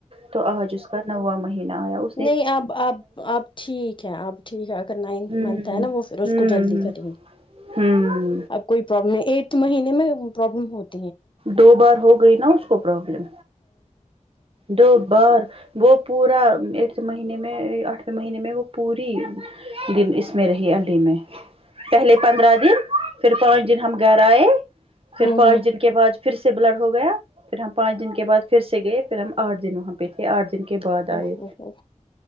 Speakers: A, on the right (about 45°); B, on the left (about 40°).
A: تو آج اس کا نواں مہینہ آیا ہو
B: نہیں آپ آپ اپ ٹھیک ہے آپ ٹھیک ہے اگر نائنتھ
A: ہوں
B: منتھ ہے نا وہ پھر اس
A: ہوں
B: کو جلدی کریں گے
A: ہوں
B: اب کوئی پرابلم ایٹھ مہینے میں پرابلم ہوتا
A: دو بار ہو گئی نا اس کو پرابلم دو بار وہ پورا ایٹھ مہینے میں آٹھویں مہینے میں وہ پوری دن اس میں رہی ہڈی میں پہلے پندرہ دن پھر پانچ دن ہم گھر آئے پھر
B: ہوں
A: پانچ
B: ہوں
A: دن کے بعد پھر سے بلڈ ہو گیا پھر ہم پانچ دن کے بعد پھر سے گئے پھر ہم آٹھ دن وہاں پہ تھے آٹھ دن کے بعد
B: او
A: آئے
B: ہو ہو